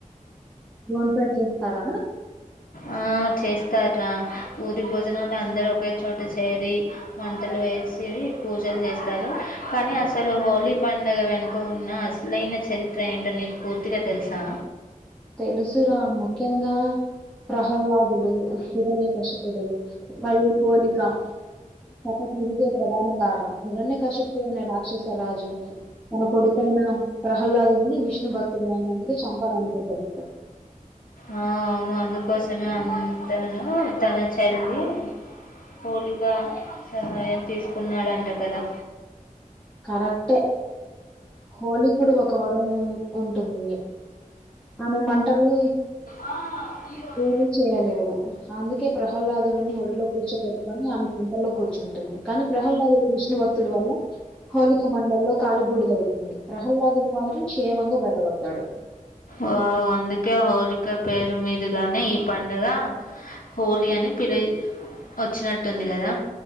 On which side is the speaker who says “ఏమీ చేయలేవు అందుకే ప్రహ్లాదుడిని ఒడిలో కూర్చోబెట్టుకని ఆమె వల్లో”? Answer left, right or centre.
Centre